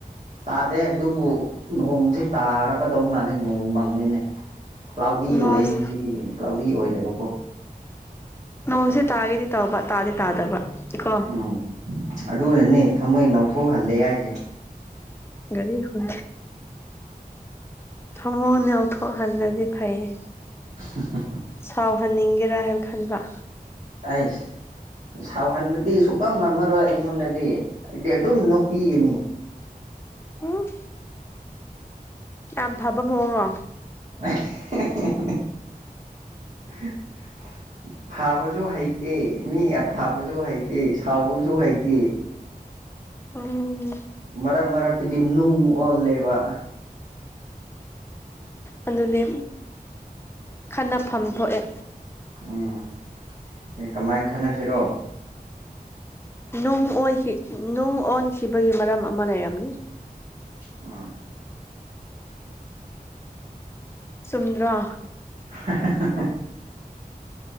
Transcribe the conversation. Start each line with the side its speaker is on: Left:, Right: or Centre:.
Right: ꯇꯥꯗꯦ ꯑꯗꯨꯕꯨ ꯅꯣꯡꯁꯦ ꯇꯥꯔꯀꯗꯧ ꯃꯥꯜꯂꯦ ꯅꯣꯡ ꯃꯪꯉꯤꯅꯦ ꯀ꯭ꯂꯥꯎꯗꯤ
Left: ꯅꯣꯡꯁ
Right: ꯑꯣꯏꯌꯦ ꯉꯁꯤ ꯀ꯭ꯂꯥꯎꯗꯤ ꯑꯣꯏꯗꯕꯀꯣ
Left: ꯅꯣꯡꯁꯦ ꯇꯥꯒꯦꯗꯤ ꯇꯧꯕ ꯇꯥꯗꯤ ꯇꯥꯗꯕ ꯀꯣ
Right: ꯎꯝ ꯑꯗꯨꯅꯅꯦ ꯊꯃꯣꯏ ꯅꯧꯊꯣꯛꯍꯜꯂꯦ ꯍꯥꯏꯏꯁꯦ
Left: ꯒꯥꯔꯤ ꯈꯦ ꯊꯃꯣꯅꯤꯊꯣꯛ ꯍꯜꯂꯗꯤ ꯐꯥꯏꯌꯦ
Right: <inaudible>
Left: ꯁꯥꯎꯍꯟꯅꯤꯡꯒꯦꯔꯥ ꯍꯥꯏꯅ ꯈꯟꯕ
Right: ꯑꯩꯁ ꯁꯥꯎꯍꯟꯕꯗꯤ ꯁꯨꯅꯝ ꯉꯝꯃꯔꯣꯏ ꯑꯩꯉꯣꯟꯗꯗꯤ ꯑꯩꯗꯤ ꯑꯗꯨꯝ ꯅꯣꯛꯄꯤꯒꯅꯤ
Left: ꯎ ꯌꯥꯝ ꯐꯕ ꯃꯑꯣꯡꯔꯣ
Right: <inaudible> ꯐꯥꯕꯁꯨ ꯍꯩꯇꯦ ꯃꯤ ꯐꯕꯁꯨ ꯍꯩꯇꯦ ꯁꯥꯎꯕꯁꯨ ꯍꯩꯇꯦ
Left: ꯎꯝ
Right: ꯃꯔꯛ ꯃꯔꯛꯇꯨꯗꯤ ꯅꯨꯡ ꯑꯣꯜꯂꯦꯕ
Left: ꯑꯗꯨꯗꯤ ꯈꯟꯅꯐꯝ ꯊꯣꯛꯑꯦ
Right: ꯎꯝ ꯀꯃꯥꯏꯅ ꯈꯟꯅꯁꯤꯔꯣ
Left: ꯅꯨꯡ ꯑꯣꯈꯤ ꯅꯨꯡ ꯑꯣꯟꯈꯤꯕꯒꯤ ꯃꯔꯝ ꯑꯃ ꯂꯩꯔꯝꯅꯤ
Right: ꯑ
Left: ꯁꯨꯗ꯭ꯔ
Right: ꯍ